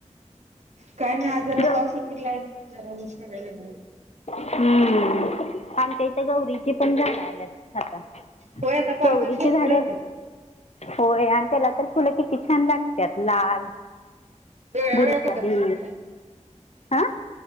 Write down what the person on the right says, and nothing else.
काय नाही आज जरा
पाऊस उघडलाय जरा ऊनडयला लाग.
होय आता पावसात
भरपूर
येत्यात
ते एखण
लाच का